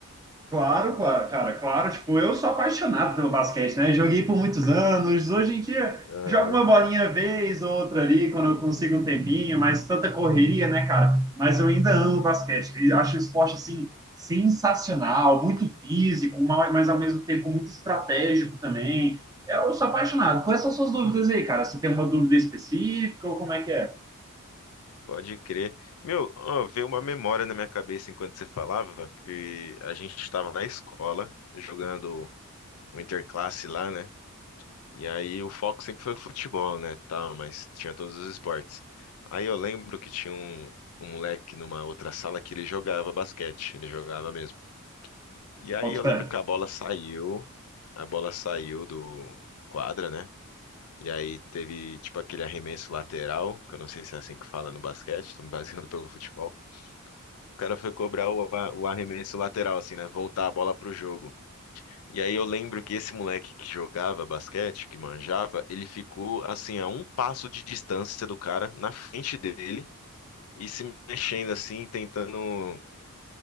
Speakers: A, on the right; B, on the left.
A: Claro, claro, cara, claro, tipo, eu sou apaixonado pelo basquete, né? Joguei por muitos anos, hoje em dia
B: tal.
A: jogo uma bolinha vez ou outra ali, quando eu consigo um tempinho, mas tanta correria, né, cara? Mas eu ainda amo basquete, e acho o esporte, assim, sensacional, muito físico, ma- mas ao mesmo tempo muito estratégico também. Eu sou apaixonado. Quais são suas dúvidas aí, cara? Você tem uma dúvida específica ou como é que é?
B: Pode crer. Meu, ó, veio uma memória na minha cabeça enquanto você falava que a gente estava na escola jogando o interclasse lá, né? E aí o foco sempre foi futebol, né? Tal, mas tinha todos os esportes. Aí eu lembro que tinha um, um moleque numa outra sala que ele jogava basquete, ele jogava mesmo. E aí
A: Bota
B: eu lembro
A: fé.
B: que a bola saiu, a bola saiu do quadra, né? E aí teve tipo aquele arremesso lateral, que eu não sei se é assim que fala no basquete, tô me baseando pelo futebol. O cara foi cobrar o, a- o arremesso lateral, assim, né? Voltar a bola pro jogo. E aí eu lembro que esse moleque que jogava basquete, que manjava, ele ficou, assim, a um passo de distância do cara, na frente dele, e se mexendo, assim, tentando